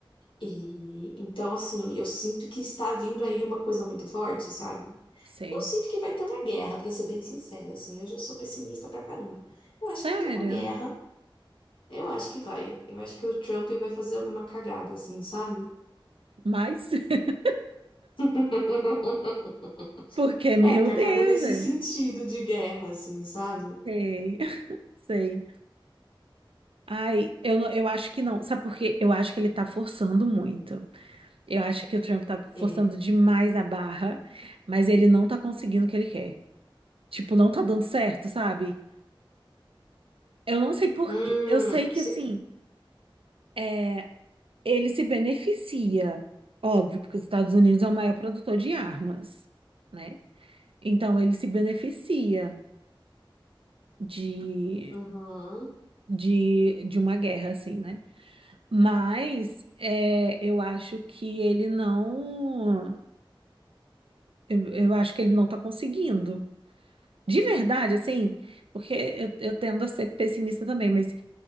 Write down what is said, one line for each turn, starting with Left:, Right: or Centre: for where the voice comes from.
Left: E então, assim, eu sinto que está vindo aí uma coisa muito forte, sabe?
Right: sei.
Left: Eu sinto que vai ter uma guerra, pra ser bem sincera, assim, eu já sou pessimista pra caramba. Eu
Right: Sério?
Left: acho que vai ter uma guerra. Eu acho que vai. Eu acho que o Trump vai fazer alguma cagada, assim, sabe?
Right: Mas <laughs>
Left: <laughs>
Right: porque, meu
Left: É, cagada
Right: Deus,
Left: nesse
Right: é-
Left: sentido de guerra, assim, sabe?
Right: sei, <laughs> sei. Ai, eu, não- eu acho que não. Sabe por quê? Eu acho que ele tá forçando muito. Eu acho que o Trump tá forçando
Left: É.
Right: demais a barra, mas ele não tá conseguindo o que ele quer. Tipo, não tá dando certo, sabe? Eu não sei por
Left: Hum,
Right: quê. Eu sei que,
Left: se-
Right: assim, é, ele se beneficia, óbvio, porque os Estados Unidos é o maior produtor de armas, né? Então, ele se beneficia de
Left: uhum,
Right: de, de uma guerra, assim, né? Mas é, eu acho que ele não. Eu, eu acho que ele não tá conseguindo. De verdade, assim, porque eu, eu tendo a ser pessimista também, mas